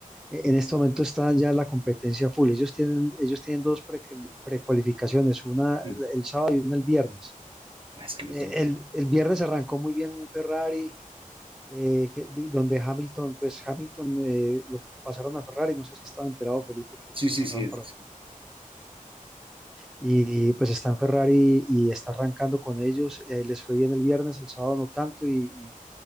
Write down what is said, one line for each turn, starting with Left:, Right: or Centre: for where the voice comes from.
Centre: eh, en este momento está ya la competencia full. Ellos tienen, ellos tienen dos prequali- precualificaciones, una
Right: sí.
Centre: el sábado y una el viernes.
Right: Ah, es que
Centre: Eh,
Right: es domingo.
Centre: el, el viernes arrancó muy bien Ferrari, eh, que- di- donde Hamilton, pues Hamilton eh, lo pasaron a Ferrari, no sé si estaba enterado Felipe que,
Right: Sí,
Centre: que lo
Right: sí,
Centre: pasaron
Right: sí, es-
Centre: para
Right: sí.
Centre: allá. Y pues está en Ferrari y está arrancando con ellos, eh, les fue bien el viernes, el sábado no tanto y